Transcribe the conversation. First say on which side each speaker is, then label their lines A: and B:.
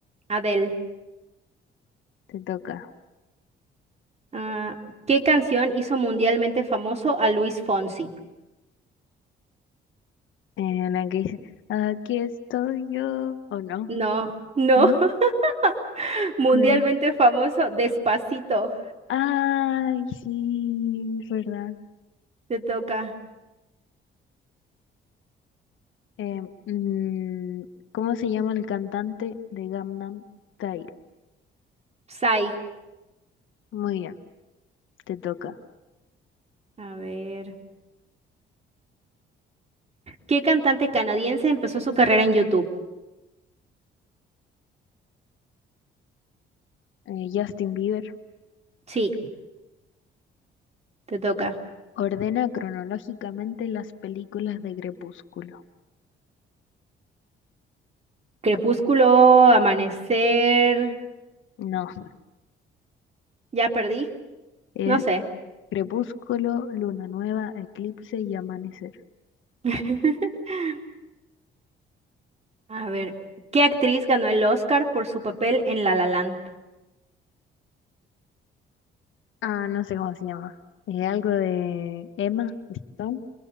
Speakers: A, on the right; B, on the left.
A: Adele.
B: Te toca.
A: Ah, ¿qué canción hizo mundialmente famoso a Luis Fonsi?
B: Eh, la que dice, aquí estoy yo. ¿O no?
A: No, no.
B: No.
A: <laughs> Mundialmente
B: ¿Cuál?
A: famoso, Despacito.
B: Ay, sí, es verdad.
A: Te toca.
B: Eh, mm, ¿cómo se llama el cantante de Gangnam Style?
A: Psy.
B: Muy bien, te toca.
A: A ver. ¿Qué cantante canadiense empezó su carrera en YouTube?
B: Eh, Justin Bieber.
A: Sí, te toca.
B: Ordena cronológicamente las películas de Crepúsculo.
A: Crepúsculo, Amanecer.
B: No, <laughs>
A: Ya perdí.
B: es
A: No sé.
B: crepúsculo, luna nueva, eclipse y amanecer.
A: <laughs> A ver, ¿qué actriz ganó el Oscar por su papel en La La Land?
B: Ah, no sé cómo se llama. Es algo de Emma Stone.